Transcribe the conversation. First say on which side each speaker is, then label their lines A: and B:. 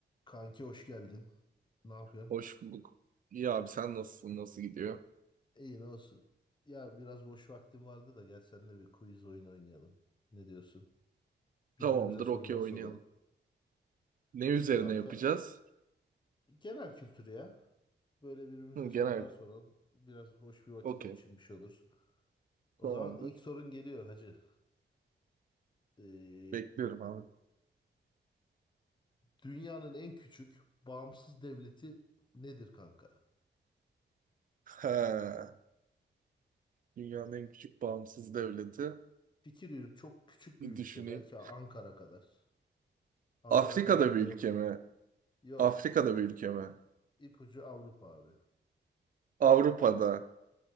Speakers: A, on the left; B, on the right.
A: Kanki hoş geldin. Ne yapıyorsun?
B: Hoş bulduk. İyi abi sen nasılsın? Nasıl gidiyor?
A: İyi ne olsun. Ya biraz boş vaktim vardı da gel seninle bir quiz oyun oynayalım. Ne diyorsun? Birbirimize
B: Tamamdır
A: sorular
B: okey oynayalım.
A: soralım.
B: Ne üzerine
A: İyi kanka.
B: yapacağız?
A: Genel kültür ya. Böyle birbirimize
B: Hı, genel.
A: sorular soralım. Biraz hoş bir vakit
B: Okey.
A: geçirmiş oluruz. O
B: Tamamdır.
A: zaman ilk sorun geliyor hacı. Ee,
B: Bekliyorum abi.
A: dünyanın en küçük bağımsız devleti nedir kanka?
B: Ha, dünyanın en küçük bağımsız devleti.
A: Fikir yürüt çok küçük
B: Bir
A: bir ülke.
B: düşüneyim.
A: Belki Ankara kadar. Ankara
B: Afrika'da
A: kadar bile
B: bir ülke
A: yoktur.
B: mi?
A: Yok.
B: Afrika'da bir ülke mi?
A: İpucu Avrupa abi.
B: Avrupa'da.